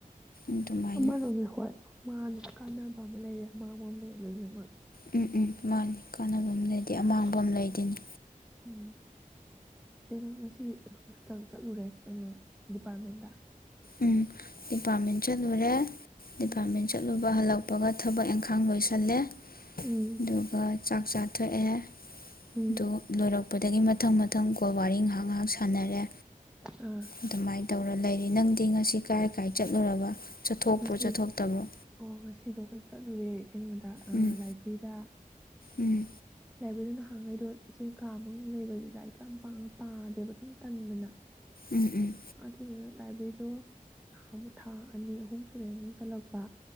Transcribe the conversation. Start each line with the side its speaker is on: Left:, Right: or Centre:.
Left: ꯑꯗꯨꯃꯥꯏꯅ
Centre: ꯑꯃꯅꯕꯤ ꯍꫭꯏ ꯃꯥꯅꯦ ꯀꯥꯟꯅꯕ ꯑꯃ ꯂꯩꯔꯦ ꯑꯃꯥꯡꯕ ꯑꯃ ꯂꯩꯔꯦ ꯂꯣꯏꯅꯃꯛ
Left: ꯎꯝ ꯎꯝ ꯃꯥꯅꯤ ꯀꯥꯟꯅꯕ ꯑꯃ ꯂꯩꯇꯦ
Centre: <unintelligible>
Left: ꯑꯃꯥꯡꯕ ꯑꯃ ꯂꯩꯗꯨꯅꯤ
Centre: ꯎꯝ ꯀꯩꯅꫭ ꯉꯁꯤꯗꯤ ꯀꯩꯅꫭ ꯈꯔ ꯆꯪ ꯆꯠꯂꯨꯔꯦ ꯀꯩꯅꯣ ꯗꯤꯄꯥꯔꯠꯃꯦꯟꯗ
Left: ꯎꯝ ꯗꯤꯄꯥꯔꯠꯃꯦꯟ ꯆꯠꯂꯨꯔꯦ
Centre: ꯎꯝ
Left: ꯗꯤꯄꯥꯔꯠꯃꯦꯟ ꯆꯠꯂꯨꯕ ꯍꯜꯂꯛꯄꯒ ꯊꯕꯛ ꯏꯪ ꯈꯥꯡ ꯂꯣꯏꯁꯜꯂꯦ <unintelligible>
Centre: ꯎꯝ
Left: ꯗꯨꯒ ꯆꯥꯛꯆꯥ ꯊꯣꯛꯑꯦ
Centre: ꯎꯝ
Left: ꯗꯨ ꯂꯣꯏꯔꯛ ꯂꯄꯗꯒꯤ ꯃꯊꯪ ꯃꯊꯪ ꯀꫭꯜ ꯋꯥꯔ ꯉ ꯍꯥꯛ ꯉꯍꯥꯛ ꯁꯥꯟꯅꯔꯦ
Centre: ꯑꯥ
Left: ꯑꯗꯨꯃꯥꯏꯅ ꯇꯧꯔꯦ ꯂꯩꯔꯤ ꯅꯪ ꯗꯤ ꯉꯁꯤ ꯀꯥꯏ ꯀꯥꯏ ꯆꯠꯂꯨꯔꯕ ꯆꯠꯊꯣꯛꯄ꯭ꯔꯣ
Centre: ꯉꯁꯤ
Left: ꯆꯠꯊꯣꯛꯇꯕ꯭ꯔꯣ
Centre: ꯑꯣ ꯉꯁꯤꯗꯣ ꯑꯩꯈꯣꯏ ꯆꯠꯂꯨꯔꯦ ꯀꯩꯅꯣꯗ
Left: ꯎꯝ
Centre: ꯂꯥꯏꯕ꯭ꯔꯦꯔꯤꯗ
Left: ꯎꯝ
Centre: ꯂꯥꯏꯕꯦꯔꯤ ꯅ ꯄꯥꯡꯉꯩꯗꯣ ꯏꯆꯦ ꯀꯥ ꯃꯉꯨꯡ ꯂꯩꯕꯁꯦ ꯂꯥꯏꯔꯤꯛꯇꯣ ꯌꯥꯝ ꯄꯥꯗꯦꯕ ꯑꯗꯨꯝ ꯇꯟꯗꯅ
Left: ꯎꯝ ꯎꯝ
Centre: ꯑꯗꯨꯗꯨꯅꯥ ꯂꯥꯏꯕ꯭ꯔꯤꯗꯣ __ ꯊꯥ ꯑꯅꯤ ꯑꯍꯨꯝ ꯁꯨꯔꯦ ꯑꯗꯨꯝ ꯆꯜꯂꯛꯄ